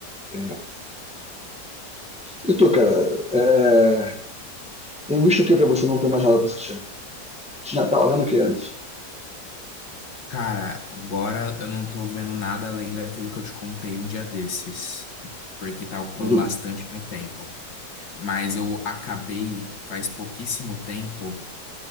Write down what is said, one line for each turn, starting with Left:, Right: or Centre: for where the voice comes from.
Centre: É. E tu, cara, é, tem visto o que pra você não ter mais nada pra assistir? Tinha, tava vendo o que antes?
Left: Cara, agora eu não tô vendo nada além daquilo que eu te contei um dia desses, porque tá ocupando
Centre: Uhum.
Left: bastante meu tempo. Mas eu acabei faz pouquíssimo tempo,